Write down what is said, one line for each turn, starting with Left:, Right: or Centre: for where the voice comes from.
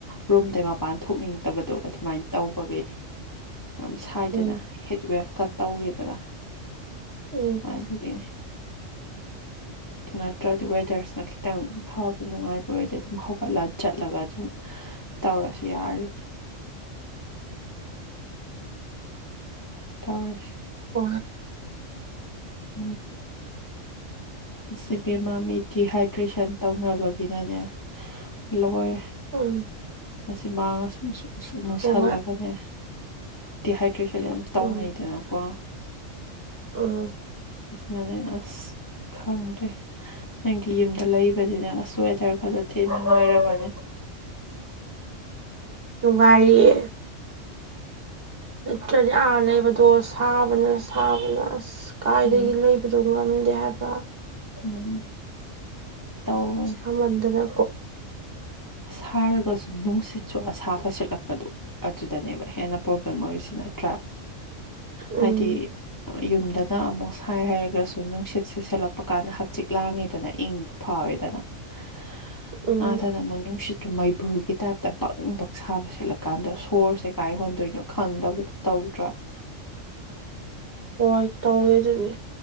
Left: ꯔꯨꯝꯗꯩ ꯃꯄꯥꯟ ꯊꯣꯛꯅꯤꯡꯗꯕ ꯗꯣ ꯑꯗꯨꯃꯥꯏꯅ ꯇꯧꯕꯒꯤꯅꯦ
Right: <unintelligible>
Left: ꯌꯥꯝ ꯁꯥꯏꯗꯅ
Right: ꯎꯝ
Left: ꯍꯦꯠꯋꯦꯐꯀ ꯇꯧꯋꯦꯗꯅ
Right: ꯎꯝ
Left: ꯑꯖꯒ ꯑꯗꯨ ꯅꯠꯇ꯭ꯔꯒꯗꯤ ꯋꯦꯗꯔꯁꯅ ꯈꯤꯇꯪ ꯐꯕ ꯅꯨꯡꯉꯥꯏꯕ ꯑꯣꯏꯔꯗꯤ ꯑꯗꯨꯝ ꯍꯧꯒꯠꯂ ꯆꯠꯂꯒ ꯑꯗꯨꯝ ꯇꯧꯔꯁꯨ ꯌꯥꯔ
Right: <unintelligible>
Left: ꯇꯥꯔꯁ
Right: ꯄꯨ
Left: ꯎꯝ ꯁꯤꯕ ꯃꯃꯤ ꯗꯤꯍꯥꯏꯗ꯭ꯔꯦꯁꯟ ꯇꯧꯅꯕꯒꯤꯅꯅꯦ ꯂꯣꯏ
Right: ꯎꯝ
Left: ꯃꯁꯤꯁꯁ ꯃꯨꯁꯜ
Right: ꯍꯣꯏ
Left: ꯂꯒꯗ ꯗꯍ ꯇ꯭ꯔꯤꯁ ꯌꯥꯝ
Right: ꯎꯝ
Left: ꯇꯧꯅꯩꯗꯅꯀꯣ
Right: ꯎꯝ
Left: ꯃꯥꯅꯦ ꯑꯁ ꯈꯪꯗꯦ ꯅꯪꯗꯤ ꯌꯨꯝꯗ ꯂꯩꯕꯅꯤ ꯅꯪ ꯑꯁ ꯋꯦꯗꯔ ꯈꯔꯛꯇ ꯊꯤ ꯅꯨꯡꯉꯥꯏꯔꯕꯅꯤ
Right: ꯅꯨꯡꯉꯥꯏꯔꯤꯌꯦ ꯅꯠꯇ꯭ꯔꯗꯤ ꯑꯥ ꯂꯩꯕꯗꯣ ꯁꯥꯕꯅ ꯁꯥꯕꯅ ꯑꯁ ꯀꯥꯏꯗꯒꯤ
Left: ꯎꯝ
Right: ꯂꯩꯕꯗꯨꯣ ꯉꯝꯗꯦ ꯍꯥꯏꯕ
Left: ꯎꯝ ꯇꯧꯕꯅꯦ
Right: ꯑ ꯃꯗꯅ
Left: ꯁꯥꯔꯒꯁꯨ ꯅꯨꯡꯁꯤꯠ ꯁꯣ ꯑꯁꯥ ꯐ ꯁꯤꯠꯂꯛꯄꯗꯣ ꯑꯗꯨꯗꯅꯦꯕ ꯍꯦꯟꯅ ꯄ꯭ꯔꯣꯕ꯭ꯂꯦꯝ ꯑꯣꯏꯔꯤꯁꯤ ꯅꯇ꯭ꯔꯥꯏ
Right: ꯎꯝ
Left: ꯍꯥꯏꯗꯤ ꯌꯨꯝꯗꯅ ꯑꯃꯨꯛ ꯁꯥꯏ ꯍꯥꯏꯔꯒꯁꯨ ꯅꯨꯡꯁꯤꯠꯁꯦ ꯁꯦꯠꯂꯛꯄ ꯀꯥꯟꯗ ꯍꯛꯆꯤꯛ ꯂꯥꯡꯉꯤꯗꯅ ꯏꯪꯕ ꯐꯥꯎꯋꯦ ꯑꯗ
Right: ꯎꯝ
Left: ꯃꯅꯤ ꯅꯨꯁꯤ ꯑꯗꯨ ꯃꯩꯕꯨꯜꯒꯤ ꯇꯥꯏꯞꯇ ꯕꯪ ꯕꯛ ꯁꯥꯕ ꯁꯤꯠꯂꯀꯥꯟꯗ ꯁꯣꯔꯁꯦ ꯀꯥꯏ ꯍꯣꯟꯗꯣꯏꯅꯣ ꯈꯪꯗꯕꯗꯣ ꯇꯧ ꯗ꯭ꯔ <inaudible>
Right: ꯍꯣꯏ ꯇꯧꯋꯦ ꯑꯗꯨꯅꯤ